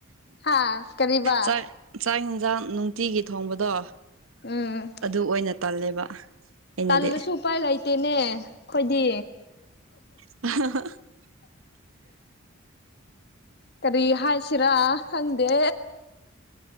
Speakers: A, on the left (about 55°); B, on the right (about 90°).
A: ꯍꯥ ꯀꯔꯤꯕ
B: ꯆꯥꯛ ꯆꯥꯛ ꯍꯦꯟꯖꯥꯡ ꯅꯨꯡꯇꯤꯒꯤ ꯊꯣꯡꯕꯗꯣ
A: ꯎꯝ
B: ꯑꯗꯨ ꯑꯣꯏꯅ ꯇꯜꯂꯦꯕ ꯑꯩꯅꯗꯤ
A: ꯇꯜꯂꯁꯨ ꯎꯄꯥꯏ ꯂꯩꯇꯦꯅꯦ ꯈꯣꯏꯗꯤ
B: <unintelligible>
A: ꯀꯔꯤ ꯍꯥꯏꯁꯤꯔꯥ ꯈꯪꯗꯦ